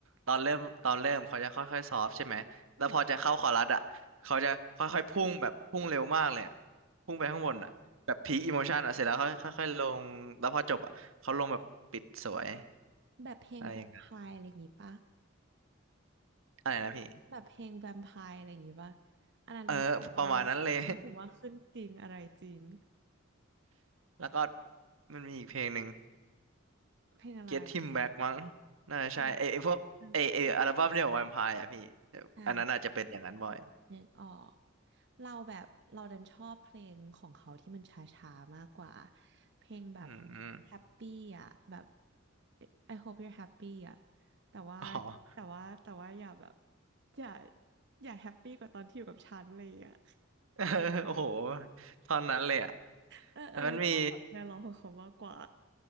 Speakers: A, on the right; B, on the right.
A: ตอนเริ่มตอนเริ่มเขาจะค่อยๆซอฟต์ใช่ไหมแล้วพอจะเข้าคอรัสอ่ะเขาจะค่อยๆพุ่งแบบพุ่งเร็วมากเลยอะ
B: อืม
A: พุ่งไปข้างบนอ่ะแบบพีคอิโมชันอ่ะเสร็จแล้วค่อยค่อยๆลงแล้วพอจบอ่ะเขาลงแบบปิดสวย
B: แบบเพลงแวมไพร์อะไรอย่างงี้ปะ
A: อะไรอย่างเงี้ยอะไรนะพี่
B: แบบเพลงแวมไพร์อะไรอย่างงี้ปะอันนั้นรู้สึกว่า
A: เออประมาณนั้นเลย
B: รู้สึกว่าขึ้นจริงอะไรจริง
A: <laughs> แล้วก็มันมีอีกเพลงหนึ่ง
B: เพลงอะไร
A: Get Him Back มั้งน่าจะใช่ไอไอพวกไอไออัลบั้มเดี่ยว
B: อ๋ออันอัน
A: Vampire อ่ะพี่เอออันนั้นอาจจะเป็นอย่างนั้นบ่อย
B: อ่านึกออกเราแบบเราดันชอบเพลงของเขาที่มันช้าๆมากกว่า เพลงแบบ
A: อืม
B: happy อ่ะแบบ I hope you're happy อ่ะแต่ว่า
A: อ๋อ <laughs>
B: แต่ว่าแต่ว่าอย่าแบบอย่าอย่าแฮปปี้กว่าตอนที่อยู่กับฉันอะไรอย่างเงี้ย
A: เออโอ้โหตอนนั้นเลยอ่ะ
B: เออเออชอบแบบแนวร้องของเขามากกว่า
A: แล้วมันมี